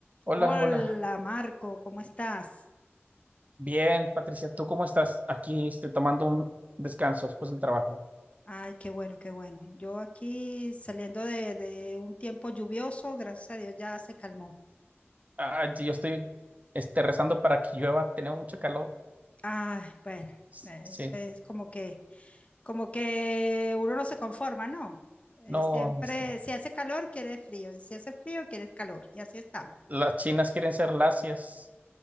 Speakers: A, on the right; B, on the left.
A: Hola,
B: Hola
A: hola.
B: Marco, ¿cómo estás?
A: Bien, Patricia, ¿tú cómo estás? Aquí este, tomando un descanso después del trabajo.
B: Ay, qué bueno, qué bueno. Yo aquí saliendo de, de un tiempo lluvioso, gracias a Dios ya se calmó.
A: Ah, sí, yo estoy este, rezando para que llueva, tenemos mucho calor.
B: Ay, bueno,
A: S-
B: eso
A: Sí,
B: es como que, como que uno no se conforma, ¿no? Eh,
A: no,
B: siempre,
A: este,
B: si hace calor, quieres frío, y si hace frío, quieres calor, y así estamos.
A: las chinas quieren ser lacias